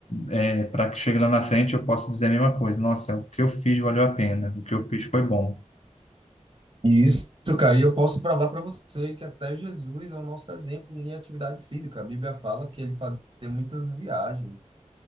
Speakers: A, on the left; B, on the right.
A: é, para que chegue lá na frente eu possa dizer a mesma coisa. Nossa, o que eu fiz valeu a pena, o que eu fiz foi bom.
B: E isso, cara, e eu posso provar para você que até Jesus é o nosso exemplo em atividade física. A Bíblia fala que ele fazia muitas viagens.